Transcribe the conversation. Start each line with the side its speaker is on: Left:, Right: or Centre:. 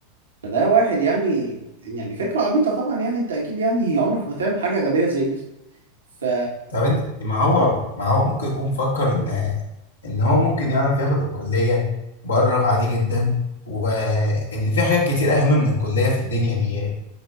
Right: فده واحد يعني يعني فكرة عبيطة طبعا يعني انت اكيد يعني عمرك ما تعمل حاجة غبية زي دي ف
Left: طب انت ما هو ما هو ممكن يكون فكر ان ان هو ممكن يعرف ياخد الكلية بره عادي جدا وان في حاجات كتير اهم من الكلية في الدنيا دي يعني